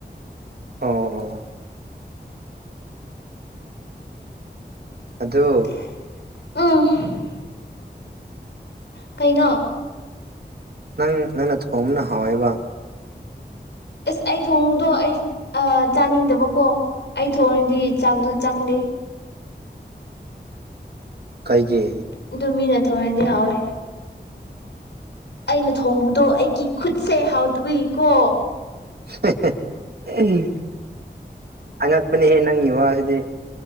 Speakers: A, on the right; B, on the left.
A: ꯑꯣ ꯑꯣ ꯑꯗꯨ
B: ꯑ <unintelligible> ꯀꯩꯅꯣ?
A: ꯅꯪ ꯅꯪꯅ ꯊꯣꯡꯕꯅ ꯍꯥꯎꯋꯦꯕ꯫
B: ꯑꯁ ꯑꯩ ꯊꯣꯡꯕꯗꯣ ꯑꯩ ꯑ ꯆꯥꯅꯤꯡꯗꯕꯀꯣ ꯑꯩ ꯊꯣꯡꯉꯗꯤ ꯆꯥꯛꯇꯣ ꯆꯪꯗꯦ꯫
A: ꯀꯩꯒꯤ?
B: ꯑꯗꯨ ꯃꯤꯅ ꯊꯣꯡꯔꯗꯤ ꯍꯥꯎꯋꯦ꯫ ꯑꯩꯅ ꯊꯣꯡꯕꯗꯣ ꯑꯩꯒꯤ ꯈꯨꯠꯁꯦ ꯍꯥꯎ ꯇꯕꯨꯏꯀꯣ꯫
A: <unintelligible> ꯑꯉꯛꯄꯅꯦꯍꯦ ꯅꯪꯒꯤ ꯋꯥꯁꯤꯗꯤ꯫